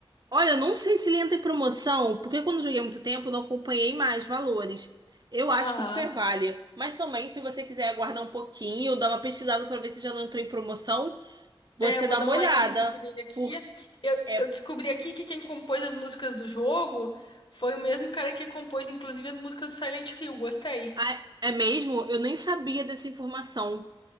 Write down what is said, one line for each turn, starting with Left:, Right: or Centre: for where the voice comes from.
Right: Olha, eu não sei se ele entra em promoção, porque quando eu joguei há muito tempo, eu não acompanhei mais valores. Eu acho
Left: Aham.
Right: que super vale. Mas também, se você quiser aguardar um pouquinho, dar uma pesquisada pra ver se já não entrou em promoção, você
Left: É, eu vou
Right: dá
Left: dar
Right: uma
Left: um
Right: olhada.
Left: likezinho nele aqui.
Right: Por...
Left: Eu,
Right: É...
Left: eu descobri aqui que quem compôs as músicas do jogo foi o mesmo cara que compôs, inclusive, as músicas do Silent Hill. Gostei.
Right: Ah, é mesmo? Eu nem sabia dessa informação.